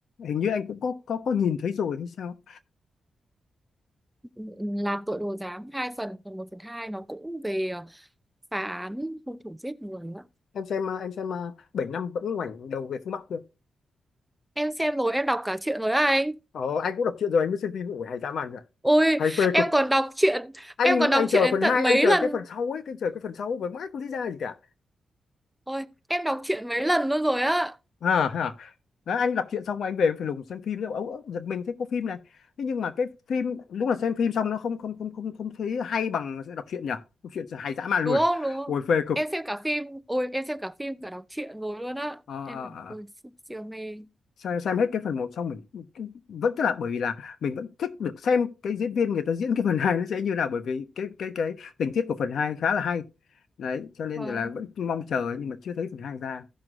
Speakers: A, on the left (about 75°); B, in the centre.
A: hình như anh cũng có có có nhìn thấy rồi hay sao
B: Ừ, ừ, Lạp tội đồ giám hai phần phần một phần hai nó cũng về ờ, phá án hung thủ giết người á
A: em xem à, em xem à, bảy năm vẫn ngoảnh đầu về phương Bắc chưa
B: em xem rồi em đọc cả truyện rồi á anh
A: ờ, anh cũng đọc truyện rồi anh mới xem phim ủa hay dã man rồi
B: ôi
A: hay phê
B: em
A: cực
B: còn đọc truyện
A: anh
B: em còn đọc
A: anh chờ
B: truyện đến
A: phần
B: tận
A: hai
B: mấy
A: anh chờ
B: lần
A: cái phần sau ấy anh chờ cái phần sau với mãi không thấy ra gì cả
B: ôi em đọc truyện mấy lần nữa rồi á
A: à hả Đó, anh đọc truyện xong rồi anh về phải lùng xem phim ấu ấu giật mình thấy có phim này thế nhưng mà cái phim lúc là xem phim xong nó không không không không không thấy hay bằng sẽ đọc truyện nhỉ đọc truyện hay dã man
B: đúng
A: luôn
B: không đúng không
A: ôi phê cực
B: em xem cả phim ôi em xem cả phim cả đọc truyện rồi luôn á
A: Ờ,
B: em
A: ờ,
B: là ôi siêu, siêu mê
A: xem, xem hết cái phần một xong mình cứ- vẫn tức là bởi vì là mình vẫn thích được xem cái diễn viên người ta diễn cái phần 2 nó sẽ như nào bởi vì cái cái cái tình tiết của phần 2 khá là hay đấy cho nên
B: vâng
A: là vẫn mong chờ nhưng mà chưa thấy phần 2 ra